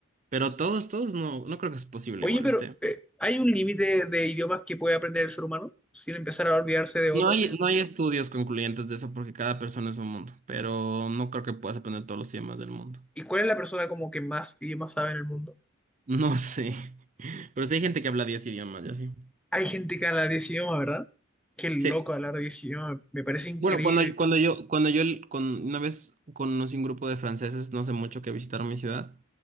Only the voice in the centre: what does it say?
Oye,
pero
eh, ¿hay un límite de idiomas que puede aprender el ser humano sin empezar a olvidarse de otros?
digamos?
¿Y cuál es la persona como que más idiomas sabe en el mundo?
Hay gente que habla 10 idiomas, ¿verdad? Qué loco
hablar 10 idiomas. Me parece increíble.